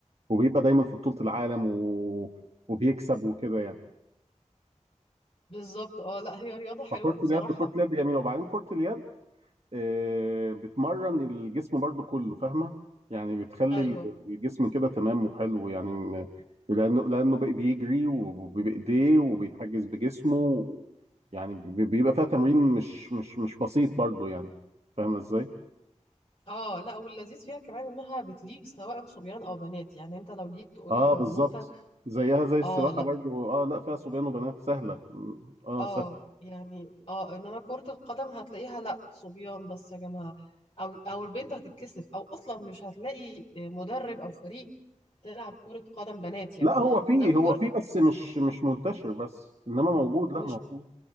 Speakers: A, on the right; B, on the left.
A: وبيبقى دايما في بطولة العالم و... وبيكسب وكده يعني
B: بالظبط اه لا هي رياضة حلوة
A: فكرة
B: بصراحة
A: اليد كرة اليد جميلة وبعدين كرة اليد آه، بتمرن الجسم برضو كله فاهمة يعني بتخلي
B: ايوه
A: ال- الجسم كده تمام وحلو يعني م- لأنه لأنه بي- بيجري وبإيديه وبيحجز بجسمه يعني بي- بيبقى فيها تمرين مش مش مش بسيط برضو يعني فاهمة ازاي؟
B: اه لا واللذيذ فيها كمان انها بتليق سواء صبيان او بنات يعني انت لو جيت تقول
A: اه
B: لبنوتة
A: بالظبط زيها زي السباحة
B: اه لا
A: برضو اه لا فيها صبيان وبنات سهلة م- اه
B: اه
A: سهلة
B: يعني اه انما كرة القدم هتلاقيها لا صبيان بس يا جماعة او او البنت هتتكسف او اصلا مش هتلاقي مدرب او فريق تلعب كرة قدم بنات يعني
A: لا هو فيه
B: انما
A: هو
B: كرة
A: فيه بس مش مش منتشر بس انما موجود لا
B: مش
A: موجود